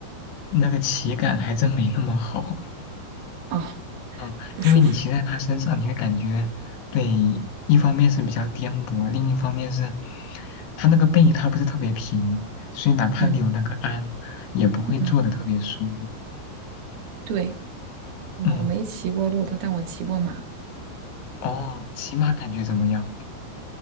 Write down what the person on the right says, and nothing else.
啊，
不舒服。
嗯
嗯，对，我没骑过骆驼，
但我骑过马。